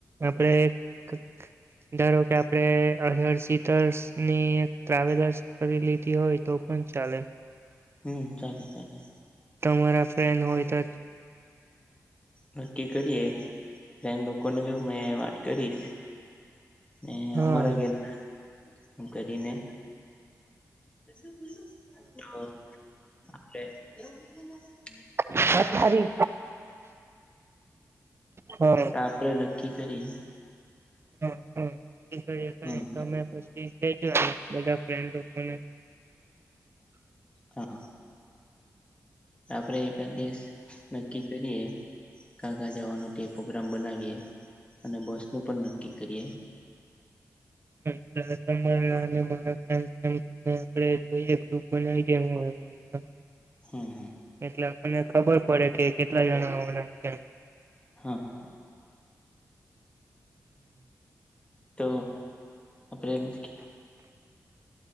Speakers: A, on the right; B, on the left.
A: આપડે, ધારો કે આપડે અરહર સીટસર્ની ટ્રાવેલર્સ, કરી લીધી હોય તો પણ ચાલે.
B: હમ ચાલે ચાલે,
A: તમારા ફ્રેન્ડ હોય તો
B: નક્કી કરીએ. ફેન લોકો ને કિધુ મે વાત કરીશ. ને
A: હા
B: અમારા ઘેરના કરીને. બધું ખુલ્લુ, હા <unintelligible>
A: પથારી હમ,
B: આપણે નક્કી કરીએ.
A: હ હ <unintelligible>
B: હમ
A: તમે પછી <unintelligible> બધા,
B: હા, આપડે એકાદ દિવસ નક્કી કરીએ. કાકા જવાનું તે પ્રોગ્રામ બનાવીએ અને બસ નું પણ નક્કી કરીએ.
A: એટ તમારા અને મારા ફ્રેન્ડસ <unintelligible> આપડે જોઈએ. દુઃખ બનાવી કે હુ હોઉ નહીં તો,
B: હા હા,
A: એટલે આપણને ખબર પડે કે કેટલા જણા આવાના છે એમ.
B: હા, તો આપણે,